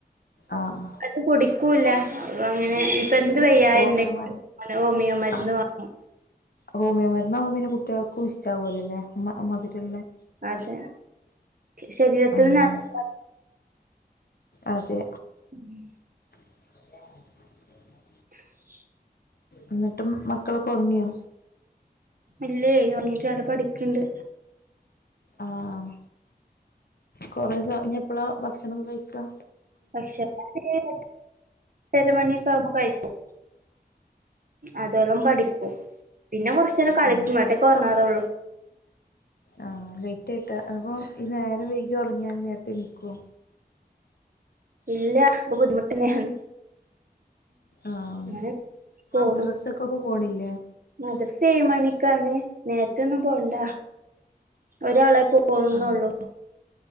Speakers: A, on the left (about 65°); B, on the right (about 55°).
A: ആഹ്
B: അത് കുടിക്കൂല്ലാ അപ്പ അങ്ങെനെ ഞ്ഞ്പ്പ എന്ത് വയ്യായണ്ടെ
A: ഹോമിയോ മരുന്ന്
B: ഹോമിയോ മര്ന്ന്
A: ആഹ്
B: വാങ്ങും
A: ഹോമിയോ മര്ന്നാവുമ്പം പിന്നെ കുട്ട്യാൾക്കും ഇഷ്ടാവോലലേ മ മധ്‌രള്ളെത്
B: അതെ ശരീരത്തിന്
A: ആഹ്
B: നല്ല
A: അതെ
B: ഉം
A: <inaudible>
B: <unintelligible>
A: അന്നട്ടും മക്കളൊക്കെ ഒറങ്ങിയോ
B: ഇല്ലേ ഒറങ്ങിട്ടില്ല അവിടെ പഠിക്കെണ്ട്
A: ആഹ് കൊറേ സ ഇനി എപ്പളാ ഭക്ഷണം കഴിക്കാ
B: ഭക്ഷണം <unintelligible> എട്ടര മണിയൊക്കെ ആകുമ്പ കഴിക്കും അതോളം പഠിക്കും പിന്നെ കൊറച്ചേരം കളിക്കും
A: ആ
B: അന്നിട്ടക്കേ ഒറങ്ങാറുള്ളു
A: ആഹ് ലേറ്റ് ആയിട്ടാ അപ്പോ ഈ നേരം വൈകി ഒറങ്ങിയാ നേരത്തെ എണീക്കോ
B: ഇല്ല അത് ബുദ്ധിമുട്ടന്നെയാണ്
A: ആഹ്
B: അങ്ങനെ പോണു
A: മദ്രസക്കൊക്കെ പോണില്ലേ
B: മദ്രസ ഏഴ് മണിക്കാണ് നേരത്തെ ഒന്നും പോകണ്ട ഒരാളെ പോകുന്നൊള്ളൂ
A: ആ